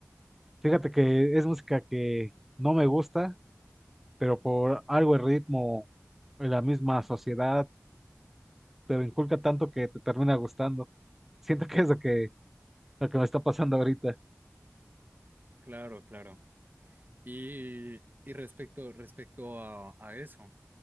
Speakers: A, in the centre; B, on the right.
A: Fíjate que es música que no me gusta, pero por algo el ritmo, la misma sociedad, te lo inculca tanto que te termina gustando. <laughs> Siento que es lo que, lo que me está pasando ahorita.
B: claro, claro. Y, y respecto, respecto a, a eso,